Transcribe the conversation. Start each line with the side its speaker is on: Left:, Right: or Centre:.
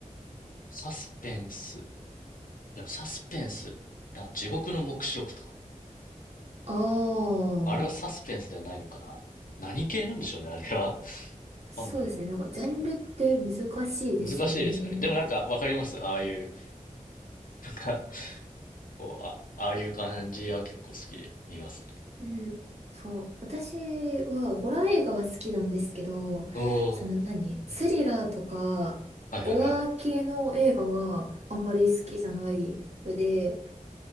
Left: サスペンス。いや、サスペンス。な地獄の黙示録とか。
Right: ああ、
Left: あれはサスペンスではないのかな。何系なんでしょうね、あれは。
Right: そうですね。
Left: わかんないですけど。
Right: なんか、ジャンルって難しいですよね。
Left: 難しいですよね。でもなんかわかります。ああいう、なんかこう、あ、ああいう感じは結構好きで見ますね。
Right: うん、そう。私はホラー映画は好きなんですけど、
Left: おー。
Right: その何、
Left: うん
Right: スリラーとか、
Left: はいはいはい。
Right: ゴア系の映画はあんまり好きじゃないので、